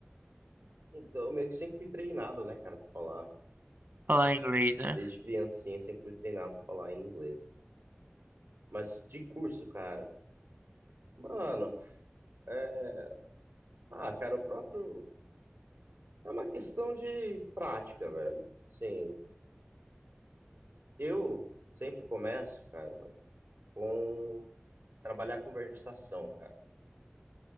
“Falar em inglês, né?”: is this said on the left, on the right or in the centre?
Right